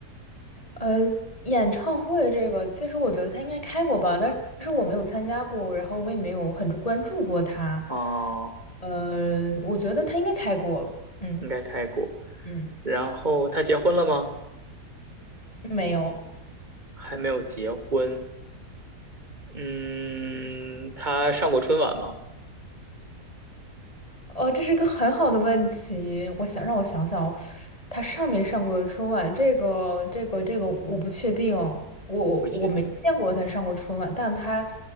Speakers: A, on the left (about 20°); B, on the right (about 25°).
A: 呃，演唱会这个，其实我觉得他应该开过吧，但是我没有参加过，然后我也没有很关注过他。
B: 哦、
A: 呃，我觉得他应该开过，嗯
B: 应该开过。
A: 嗯，
B: 然后她结婚了吗？
A: 没有。
B: 还没有结婚。嗯，她上过春晚吗？
A: 哦，这是一个很好的问题。我想让我想想，他上没上过春晚？这个、这个、这个，我不确定哦。我我没见过他上过春晚，
B: 不确定。
A: 但他